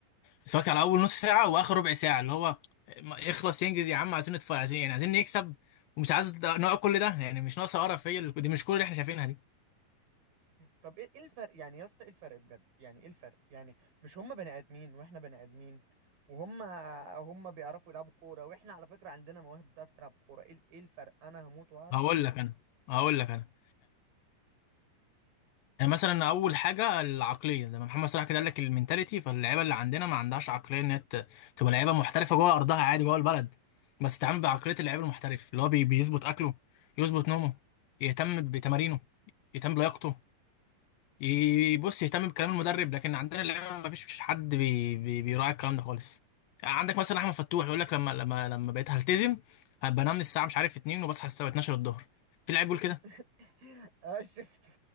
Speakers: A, on the left; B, on the right.
A: اتفرجت على اول نص ساعه واخر ربع ساعه اللي هو ما- اخلص ينجز يا عم عايزين نتفرج عايزين يعني عايزين نكسب ومش عايز نقعد كل ده يعني مش ناقصه قرف هي اللي- دي مش كل اللي احنا شايفينها دي
B: طب ايه ايه الفرق يعني يا اسطى ايه الفرق بجد يعني ايه الفرق يعني مش هم بني ادمين واحنا بني ادمين وهم هم بيعرفوا يلعبوا كوره واحنا على فكره عندنا مواهب بتعرف تلعب كوره ايه ايه الفرق انا هموت واعرف
A: هقول لك انا هقول لك انا يعني مثلا اول حاجه العقليه لما محمد صلاح كده قال لك المينتاليتي فاللعيبه اللي عندنا ما عندهاش عقليه ان هي ت- تبقى لعيبه محترفه جوه ارضها عادي جوه البلد بس تتعامل بعقليه اللعيب المحترف اللي هو بي- بيظبط اكله يظبط نومه يهتم بتمارينه يهتم بلياقته يبص يهتم بكلام المدرب لكن عندنا اللعيبه ما فيش فيش حد بي بي بيراعي الكلام ده خالص عندك مثلا احمد فتوح يقول لك لما لما لما بقيت هلتزم هبقى انام الساعه مش عارف 2 وبصحى الساعه 12 الظهر في لعيب بيقول
B: <laughs>
A: كده
B: اه شفت